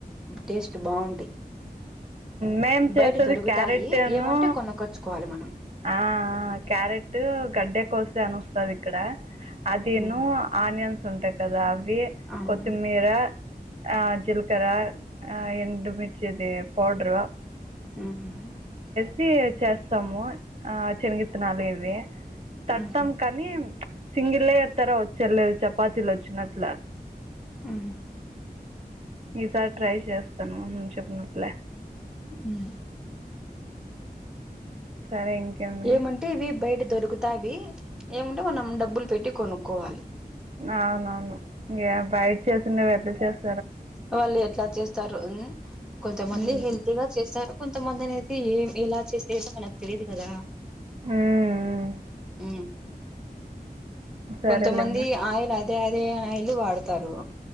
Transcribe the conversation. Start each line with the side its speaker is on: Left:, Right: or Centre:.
Centre: టేస్ట్ బాగుంటాయి
Right: మేం చేస్తుంది
Centre: బయట దొరుకుతాయి
Right: క్యారెట్
Centre: ఏమంటే
Right: ను
Centre: కొనకొచ్చుకోవాలి మనం
Right: ఆ క్యారెట్ గడ్డె కోస అని వస్తది ఇక్కడ అదేను
Centre: ఉహు
Right: ఆనియన్స్ ఉంటాయి కదా పే
Centre: అవును
Right: కొత్తిమీర ఆ జిలకర ఆ ఎండు మిర్చి ది పౌడ్రు
Centre: మ్మ్ హు
Right: సి చేస్తాము ఆ శనగిత్తనాలు ఏసి తడ్తామ్
Centre: ఉహు
Right: కానీ సింగిల్ లేయర్ తర వచ్చేద్లేదు చపాతీలు వచ్చినట్ల
Centre: హ్మ్
Right: ఈసారి ట్రై చేస్తాను నువు చెప్పినట్లే
Centre: హ్మ్
Right: సరే ఇంకేమి
Centre: ఏమంటే ఇవి బయట దొరుకుతావి ఏముంటే మనం డబ్బులు పెట్టి కొను కోవాలి
Right: అవునవును ఏ బయట చేసిండే ఎట్ల చేస్
Centre: వాళ్ళు ఎట్లా చేస్తారు ఊ కొంతమంది
Right: ఉమ్
Centre: హింటిగా చేస్తారు. కొంతమందిని ది ఏం ఇలా చేస్తే ఏదో మనకు తెలీదు కదా
Right: ఉమ్
Centre: హ్మ్
Right: సరేలేమ్మా
Centre: కొంత మంది ఆయలా అదే అదే ఆయిలు వాడతారు